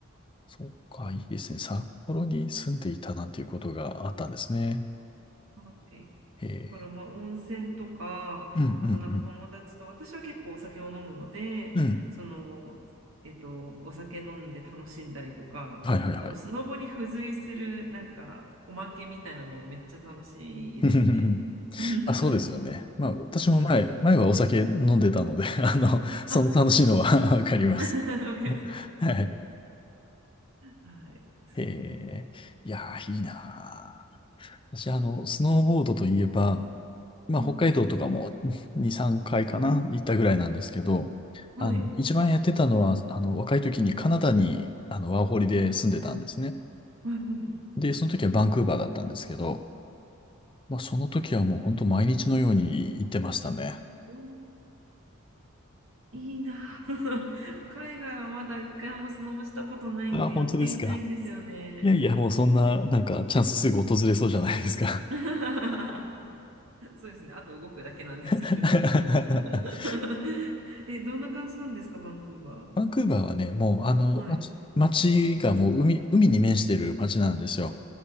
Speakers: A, on the left; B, on the right.
A: そうか、いいですね。札幌に住んでいたなんていうことがあったんですね。
B: はい。だ
A: え
B: からまあ温泉とか、
A: ー、うん、うん、
B: あとなんか友達と、私は結構お酒を飲むので、
A: うん。うん。
B: その、えっと、お酒飲んで楽しんだりとか、
A: はい、はい、はい。
B: そのスノボに付随するなんかおまけみたいなのめっちゃ楽しいですね。
A: <laughs>
B: <laughs>
A: あ、そうですよね。まあ、私も前、
B: うん。
A: 前はお酒飲んでたので、<laughs> あの、その楽しいのは
B: あ、
A: <laughs> わかります。
B: <laughs> わかります。
A: <laughs> はい。
B: はい。そ
A: えー、いやー、いいなー。私、あの、スノーボードといえば、まあ、
B: う。
A: 北海道とかも
B: うん。
A: <laughs> 2、3回かいかな、行ったぐらいなんですけど、
B: はい。
A: あの、
B: はい
A: 一番やってたのは、あの、若い時にカナダに、あの、ワーホリで住んでたんですね。
B: うん
A: で、その時はバンクーバーだったんですけど、まあ、その時はもう本当毎日のように行ってましたね。
B: うんいいな。<laughs> 海外はまだ一回もスノボしたことないんでやってみたいんですよね。
A: あ、本当ですか。いやいや、もうそんな、なんか、チャンスすぐ訪れそうじゃないですか。
B: <laughs> そうですね。あと動くだけなんですけど。
A: <laughs>
B: <laughs> え、どんな感じなんですか、バンクーバ
A: バンクーバーはね、もう、あの、
B: ー。はい。
A: 街街がもう海、海に面してる街なんですよ。